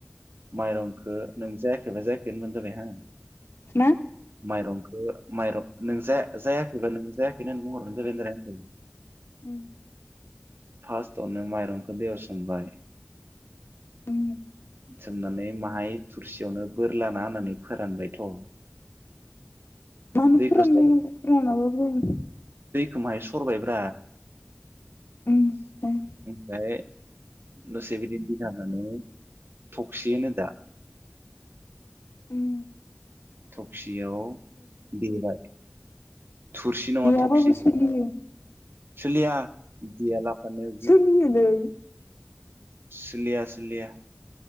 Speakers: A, on the right; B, on the left.
A: माइरंखो नों जाय जायाखै होनबानो जाबाय हा।
B: ना
A: माइरंखो माइरं नों जाया जायाखैबा नों जायाखै होननानै बुंहरबानो जाबाय होनदो रा आंखो।
B: उम।
A: फार्स्टआवनो माइरंखो दैयाव सोमबाय।
B: उम।
A: सोमनानै माहाय थुरसियावनो बोरलाना होनानै फोरानबायथ'।
B: मानो
A: दैखोसर
B: फोरानलायनांगौ फोरानाबो उम
A: दैखो माहाय सरबायब्रा।
B: ओमफ्राय
A: ओमफ्राय दसे बिदि बि थानानै। थक्सि होनो दा
B: उम्
A: थफसि। आव दिहोबाय। थुरसि नङा
B: गैयाबाबो
A: थखसि
B: सोलियो
A: सोलिया <unintelligible>
B: सोलियोलै
A: सोलिया सोलिया।